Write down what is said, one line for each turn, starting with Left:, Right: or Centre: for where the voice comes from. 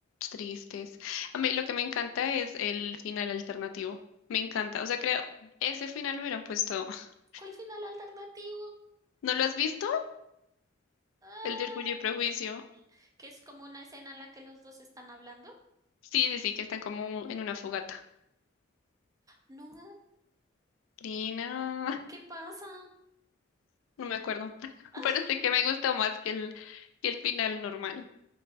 Left: tristes. A mí lo que me encanta es el final alternativo, me encanta, o sea, creo, ese final lo hubieran puesto. <laughs>
Right: ¿Cuál final alternativo?
Left: ¿No lo has visto?
Right: Ah,
Left: El de Orgullo y Prejuicio.
Right: que es como una escena en la que los dos están hablando.
Left: Sí, sí, sí, que están como en una fogata.
Right: No,
Left: Lina,
Right: ¿qué pasa?
Left: no <laughs> no me acuerdo, <laughs>
Right: Ah,
Left: pero sí que me gustó más que el, que el final normal.